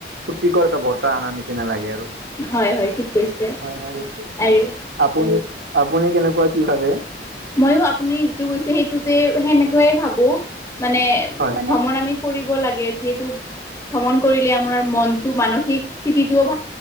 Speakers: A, on the right (about 85°); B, on the left (about 20°).
A: ফুৰ্তিকৰ এটা বতাহ আনাৰ নিচিনা লাগে আৰু।
B: হয় হয় ঠিক কৈছে
A: হয় হয় হয়
B: আইৰু
A: আপুনি আপুনি কেনেকুৱা কি ভাবে?
B: মইয়ো আপুনি যিটো কৈছে সেইটোতে সেনেকুৱে ভাবো। মানে
A: হয়
B: ভ্ৰমণ আমি কৰিব লাগে যিহেতু ভ্ৰমণ কৰিলে আমাৰ মনটো মানসিক স্থিতিটো ভাল